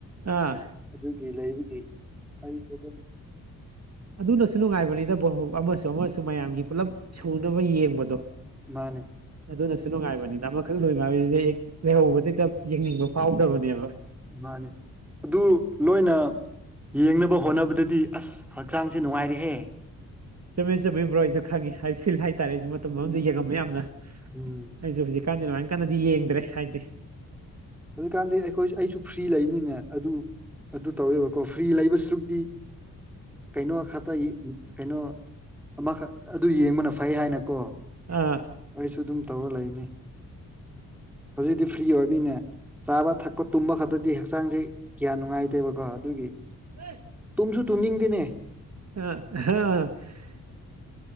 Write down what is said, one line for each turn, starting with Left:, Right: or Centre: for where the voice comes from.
Right: ꯑꯥ
Centre: ꯑꯗꯨꯒꯤ ꯂꯩꯕꯒꯤ ꯑꯩꯁꯨ ꯑꯗꯨꯝ
Right: ꯑꯗꯨꯅꯁꯨ ꯅꯨꯡꯉꯥꯏꯕꯅꯤꯗ ꯕꯥꯕꫭꯛ ꯑꯃꯁꯨ ꯑꯃꯁꯨ ꯃꯌꯥꯝꯒꯤ ꯄꯨꯜꯂꯞ ꯁꯨꯅꯕ ꯌꯦꯡꯕꯗꯣ
Centre: ꯃꯥꯅꯦ
Right: ꯑꯗꯨꯅꯁꯨ ꯅꯨꯡꯉꯥꯏꯕꯅꯤꯗꯥ ꯑꯃꯈꯛ ꯂꯣꯏꯅꯔꯤꯁꯤꯁꯦ <unintelligible> ꯍꯦꯛ ꯂꯩꯍꯧꯕꯗ ꯍꯦꯛꯇ ꯌꯦꯡꯅꯤꯡꯕ ꯐꯥꯎꯗꯕꯅꯦꯕ
Centre: ꯃꯥꯅꯦ ꯑꯗꯨ ꯂꯣꯏꯅ ꯌꯦꯡꯅꯕ ꯍꯣꯠꯅꯕꯗꯗꯤ ꯑꯁ ꯍꯛꯆꯥꯡꯁꯦ ꯅꯨꯡꯉꯥꯏꯔꯦꯍꯦ
Right: ꯆꯨꯝꯃꯤ ꯆꯨꯝꯃꯤ ꯕ꯭ꯔꯣ ꯑꯩꯁꯨ ꯈꯪꯉꯤ ꯍꯥꯏ ꯐꯤꯜ ꯍꯥꯏꯇꯥꯔꯦ ꯑꯩꯁꯨ ꯃꯇꯨꯝ
Centre: ꯎꯝ
Right: ꯑꯃꯗꯥ ꯌꯦꯡꯉꯝꯃ‌ꯦ ꯌꯥꯝꯅ
Centre: ꯎꯝ
Right: ꯑꯩꯁꯨ ꯍꯧꯖꯤꯛꯀꯥꯟꯗꯤ ꯑꯗꯨꯃꯥꯏ ꯀꯟꯅꯗꯤ ꯌꯦꯡꯗ꯭ꯔꯦ ꯍꯥꯏꯗꯤ
Centre: ꯍꯧꯖꯤꯛꯀꯥꯟꯗꯤ ꯑꯩꯈꯣꯏ ꯑꯩꯁꯨ ꯐ꯭ꯔꯤ ꯂꯩꯕꯅꯤꯅꯥ ꯑꯗꯨ ꯑꯗꯨ ꯇꯧꯋꯦꯕꯀꯣ ꯐ꯭ꯔꯤ ꯂꯩꯕ ꯁꯔꯨꯛꯇꯤ ꯀꯩꯅꯣ ꯈꯛꯇ ꯀꯩꯅꯣ ꯑꯃꯈꯛ ꯑꯗꯨ ꯌꯦꯡꯕꯅ ꯐꯩ ꯍꯥꯏꯅꯀꯣ
Right: ꯑꯥ
Centre: ꯑꯩꯁꯨ ꯑꯗꯨꯝ ꯇꯧꯔꯥ ꯂꯩꯕꯅꯤ ꯍꯧꯖꯤꯛꯇꯤ ꯐ꯭ꯔꯤ ꯑꯣꯏꯔꯅꯤꯅꯦ ꯆꯥꯕ ꯊꯛ ꯇꯨꯝꯕ ꯈꯛꯇꯗꯤ ꯍꯛꯆꯥꯡꯁꯦ ꯀꯌꯥ ꯅꯨꯡꯉꯥꯏꯇꯦꯕꯀꯣ ꯑꯗꯨꯒꯤ
Right: ꯍ <unintelligible>
Centre: ꯇꯨꯝꯁꯨ ꯇꯨꯡꯅꯤꯡꯗꯦꯅꯦ
Right: ꯑ ꯍꯥ <unintelligible>